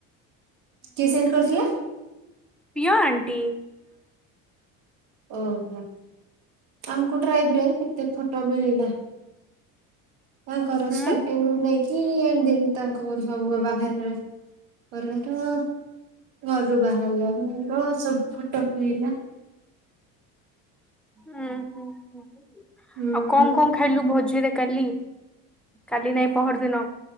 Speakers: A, on the right; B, in the centre.
A: କିଏ ସେଣ୍ଡ କରିଥିଲା?
B: ପିଅ ଆଣ୍ଟି।
A: ଓହୋ ଆମକୁ ଡ୍ରାଇଭରେ କେତେ ଫଟୋ ମିଳିଲା। ତାଙ୍କର
B: ହୁଁ।
A: ଷ୍ଟାର୍ଟିଙ୍ଗ ରୁ ନେଇକି ଏ ଏଣ୍ଡିଙ୍ଗ ତାଙ୍କ ଘର ସବୁ ବାହରେ ଘର ର ଘରୁ ବାହାରିଲା ଘର ର ସବୁ ଫଟ ମିଳିଲା।
B: ହଁ ହ
A: ହୁଁ
B: ଆଉ କଣ
A: ହୁଁ
B: କଣ ଖାଇ ଖାଇଲୁ ଭୋଜିରେ କାଲି କାଲି ନାଇଁ ପହର ଦିନ